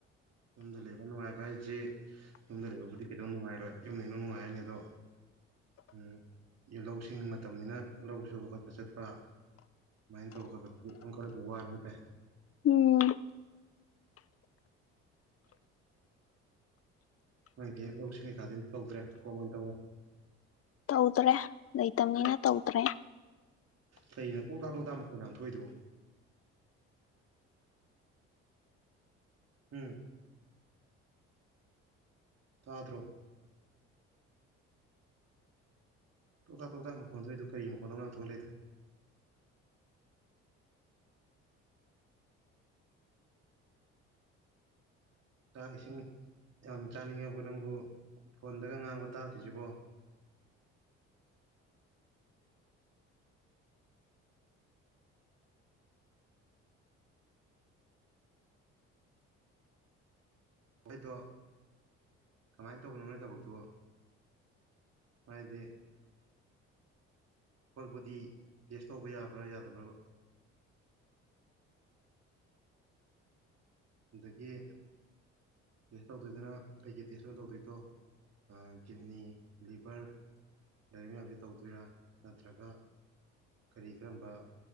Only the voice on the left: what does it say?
ꯎꯝ
ꯇꯧꯗꯔꯦ ꯂꯩꯇꯝꯅꯤꯅ ꯇꯧꯗꯔꯦ